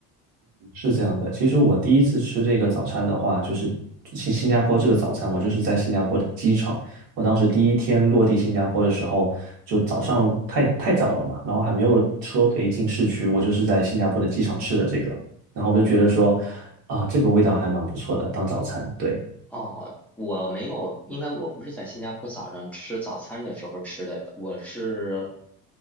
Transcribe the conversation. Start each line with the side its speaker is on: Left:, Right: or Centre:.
Right: 是这样的，其实我第一次吃这个早餐的话，就是新新加坡这个早餐，我就是在新加坡的机场。我当时第一天落地新加坡的时候，就早上太太早了嘛，然后还没有车可以进市区，我就是在新加坡的机场吃的这个，然后我就觉得说，
Centre: 嗯，
Right: 啊，这个味道还蛮不错的，当早餐。对，
Centre: 哦，我没有，应该我不是在新加坡早上吃早餐的时候吃的，我是